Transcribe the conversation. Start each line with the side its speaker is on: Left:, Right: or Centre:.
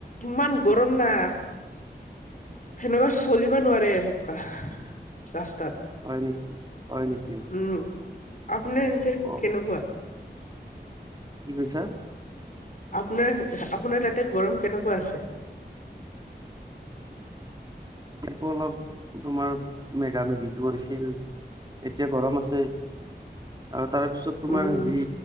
Left: ইমান গৰম না সেনেকুৱা চলিব নোৱাৰে এনেকুৱা, ৰাস্তাত।
Right: হয় নেকি, হয় নেকি?
Left: উম, আপোনাৰ ইনতেৰ
Right: অ
Left: কেনেকুৱা?
Right: কি কৈছা?
Left: আপোনাৰ আপোনাৰ তাতে গৰম কেনেকুৱা আছে?
Right: সেটো অলপ তোমাৰ মেগা মেগি কৰিছিল। এতিয়া গৰম আছে আৰু তাৰপিছত তাৰপিছত তোমাৰ
Left: উম,
Right: হেৰি